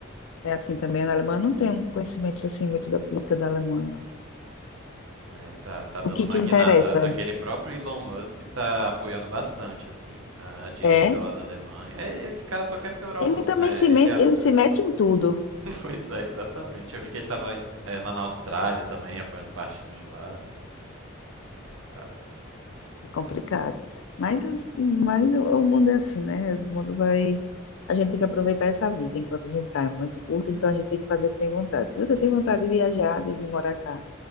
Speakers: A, on the left; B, on the right.
A: É assim também na Alemanha. Eu não tenho um conhecimento assim muito da política da Alemanha.
B: É, tá, tá dando
A: O que
B: uma
A: que
B: guinada.
A: interessa
B: Aquele próprio Elon Musk tá apoiando bastante, assim, a, a direita
A: é
B: lá da Alemanha. É, esse cara só quer piorar
A: ele
B: o mundo,
A: também
B: né?
A: se mete,
B: Ele. ap-
A: ele se mete em tudo.
B: <laughs> Pois é, exatamente. Eu vi que ele tava em- é, lá na Austrália também, apoiando o partido de lá. Complicado.
A: É complicado. Mas, as- mas o o mundo é assim, né? O mundo vai. A gente tem que aproveitar essa vida enquanto a gente está. É muito curta, então a gente tem que fazer o que tem vontade. Se você
B: <laughs>
A: tem vontade de viajar, de vir morar cá,